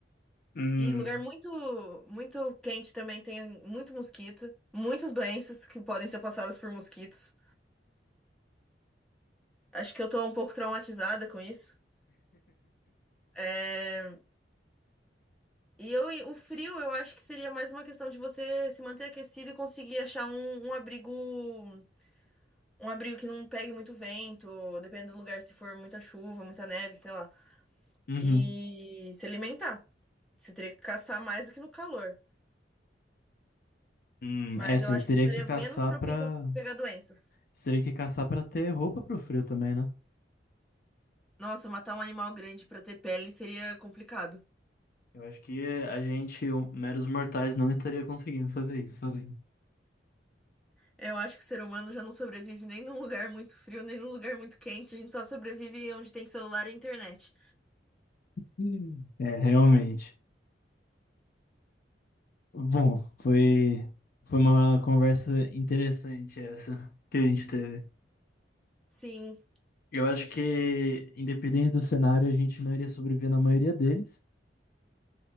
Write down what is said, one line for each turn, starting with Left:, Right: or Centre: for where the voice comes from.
Left: Hum.
Centre: E lugar muito, muito quente também tem muito mosquito, muitas doenças que podem ser passadas por mosquitos. Acho que eu tô um pouco traumatizada com isso. É, E eu, e o frio, eu acho que seria mais uma questão de você se manter aquecido e conseguir achar um, um abrigo, um abrigo que não pegue muito vento, dependendo do lugar, se for muita chuva, muita neve, sei lá.
Left: Uhum.
Centre: E se alimentar. Você teria que caçar mais do que no calor.
Left: Hum,
Centre: Mas
Left: é, você
Centre: eu acho
Left: teria
Centre: que você estaria
Left: que caçar
Centre: menos propício
Left: pra.
Centre: a pegar doenças.
Left: Você teria que caçar pra ter roupa pro frio também, né?
Centre: Nossa, matar um animal grande pra ter pele seria complicado.
Left: Eu acho que a gente, o- meros mortais, não estaria conseguindo fazer isso sozinho.
Centre: É, Eu acho que o ser humano já não sobrevive nem num lugar muito frio, nem num lugar muito quente. A gente só sobrevive onde tem celular e internet.
Left: Hum. É, realmente. Bom, foi, foi uma conversa interessante essa que a gente teve.
Centre: Sim.
Left: Eu acho que, independente do cenário, a gente não iria sobreviver na maioria deles.